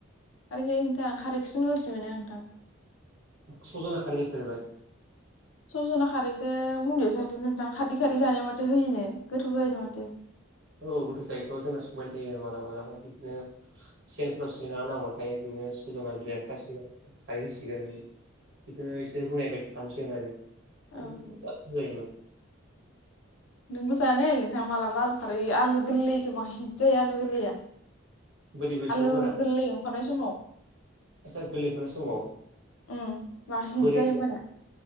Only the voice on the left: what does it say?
खारै जायो नोंथां खारैखौसो मोजांसिनमोनो आं नोंथां
सजना खारैखौ उन्दैआवसो <inaudible> नोंथां खारदै खारै जानायाव माथो होयोनो गोथाव जायोनो माथो
औ
नोंबो जानाय नोंथां मालाब आलु खारै आलु गोरलै गोबां हिट जायो आलु गोरलैया
आलु
गोरलै ओंखारनाय समाव
उम बांसिन हिट
जायो होमबानिया